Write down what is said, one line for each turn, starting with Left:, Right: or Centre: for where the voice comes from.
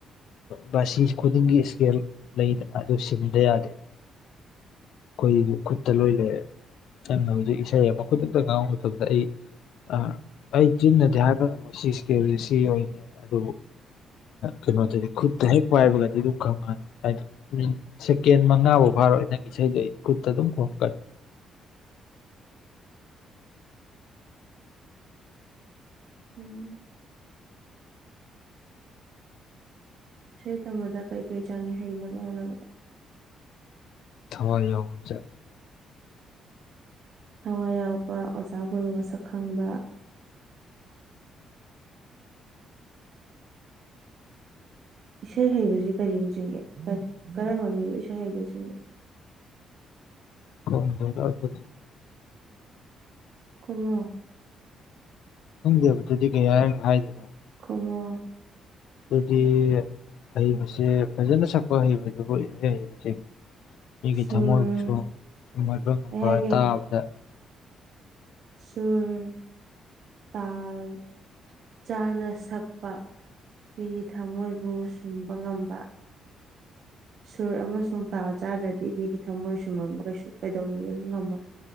Left: ꯕꯥ <unintelligible> ꯑꯗꯨꯒꯤ ꯏꯁꯀꯦꯜ ꯂꯩꯗꯅ ꯑꯗꯨ ꯁꯤꯟꯕ ꯌꯥꯗꯦ ꯑꯩꯈꯣꯏ ꯈꯨꯠꯇ ꯂꯣꯏ ꯂꯩ ꯍꯧꯖꯤꯛ ꯏꯁꯩ ꯃꯈꯗꯛꯇ ꯉꯥꯡꯕ ꯃꯇꯝꯗ ꯑꯩ ꯑ ꯑꯩ ꯆꯤꯟꯅꯗꯤ ꯍꯥꯏꯕ ꯉꯝꯃꯣꯏ ꯁꯤ ꯏꯁꯀꯦꯜꯁꯦ ꯁꯤ ꯑꯣꯏꯅꯤꯗꯤ ꯑꯗꯨꯕꯨ ꯀꯩꯅꯣꯗꯗꯤ ꯈꯨꯠꯇ ꯍꯦꯛ ꯄꯥꯏꯕꯒꯗꯤ ꯑꯗꯨꯝ ꯈꯪꯉꯅꯤ ꯍꯥꯏꯗꯤ ꯎꯝ ꯁꯦꯀꯦꯟ ꯃꯉꯥꯐꯥꯎ ꯐꯥꯔꯣꯏ ꯅꯪ ꯏꯁꯩꯗꯣ ꯑꯩ ꯈꯨꯠꯇ ꯑꯗꯨꯝ ꯈꯣꯡꯀꯅꯤ
Right: ꯎꯝ ꯏꯁꯩ ꯇꯝꯗ ꯀꯩꯀꯩ ꯆꯪꯏ ꯍꯩꯅꯕ ꯍꯣꯠꯅꯕꯗ
Left: ꯊꯋꯥꯏ ꯌꯥꯎꯕꯥ ꯆꯪꯏ
Right: ꯊꯋꯥꯏ ꯌꯥꯎꯕ ꯑꯣꯖꯥ ꯒꯨꯔꯨ ꯃꯁꯛ ꯈꯪꯕ ꯏꯁꯩ ꯍꯩꯕꯁꯤ ꯀꯔꯤꯕꯨ ꯆꯤꯡꯒꯦ ꯀꯔꯝꯕ ꯃꯤꯕꯨ ꯏꯁꯩ ꯍꯩꯕ ꯆꯤꯡꯒꯦ
Left: ꯍꯣꯏ ꯍ
Right: ꯀꯃ
Left: ꯈꯪꯖꯕꯗꯨꯗꯤ ꯀꯩ ꯍꯥꯏꯅ ꯍꯥꯏꯖꯅꯣ
Right: ꯀꯉꯣ
Left: ꯑꯗꯨꯗꯤ ꯍꯩꯕꯁꯦ ꯐꯖꯅ ꯁꯛꯄ ꯍꯩꯕꯗꯨꯕꯨ ꯏꯁꯩ ꯁꯛꯄ ꯍꯩꯕ ꯁꯤꯡꯉꯦ ꯑꯩꯒꯤ
Right: ꯁꯨꯔ
Left: ꯊꯃꯣꯏꯕꯨꯁꯨ ꯁꯨꯝꯍꯕ ꯉꯝꯕ
Right: ꯑꯩ ꯍꯥꯏꯒꯦ
Left: ꯇꯥꯕꯗ
Right: ꯁꯨꯔ ꯇꯜ ꯆꯥꯅ ꯁꯛꯄ ꯃꯤꯒꯤ ꯊꯝꯃꯣꯏꯕꯨ ꯁꯨꯝꯕ ꯉꯝꯕ ꯁꯨꯔ ꯑꯃꯁꯨꯡ ꯇꯥ ꯆꯥꯗ꯭ꯔꯗꯤ ꯃꯤꯒꯤ ꯊꯝꯃꯣꯏ ꯁꯨꯝꯃꯝꯕ ꯀꯩ ꯀꯩꯗꯧꯅꯨꯡꯗꯁꯨ ꯉꯝꯃꯣꯏ